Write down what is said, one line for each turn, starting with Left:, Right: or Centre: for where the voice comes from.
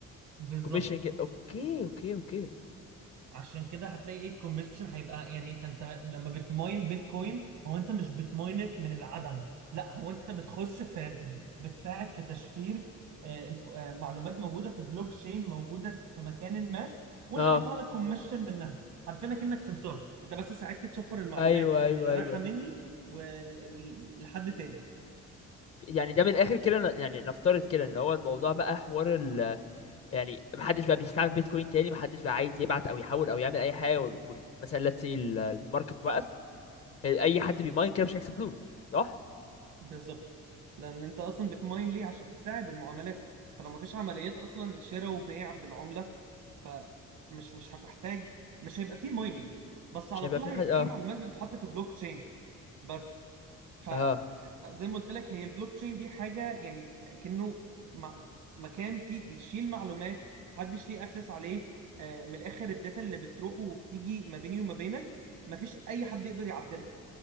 Right: بالظبط
Left: كوميشن كده اوكي اوكي اوكي
Right: عشان كده هتلاقي ايه الكوميشن هيبقى يعني فانت لما بتماين بيتكوين هو انت مش بتماينت من العدم لا هو انت بتخش في ب- بتساعد في تشفير آه، الف- آه، معلومات موجوده في بلوك تشين موجوده في مكان ما وانت
Left: اه
Right: بيطلع لك كوميشن منها عارفين كأنك سمسار انت بس ساعدت تشفر المعلومات
Left: ايوه ايوه
Right: اللي
Left: ايوه
Right: رايحه مني ولحد تاني
Left: يعني ده من الاخر كده ن- يعني نفترض كده ان هو الموضوع بقى حوار ال يعني محدش بقى بيستعمل بيتكوين تاني محدش بقى عايز يبعت او يحول او يعمل اي حاجه وال... وال... مثلا ليتس سي الماركت وقف اي حد بيماين كده مش هيكسب فلوس صح
Right: بالظبط لان انت اصلا بتماين ليه عشان تساعد المعاملات فلو ما فيش عمليات اصلا شراء وبيع بالعمله فمش مش هتحتاج مش هيبقى فيه مايننج بس
Left: مش
Right: على
Left: هيبقى
Right: طول
Left: في
Right: هيبقى
Left: حد اه
Right: فيه معلومات بتتحط في بلوك تشين بس فزي
Left: اه
Right: ما قلت لك هي البلوك تشين دي حاجه يعني كأنه م- مكان فيه بيشيل معلومات محدش ليه اكسس عليه آه، من الاخر الداتا اللي بتروح وبتيجي ما بيني وما بينك مفيش اي حد يقدر يعدلها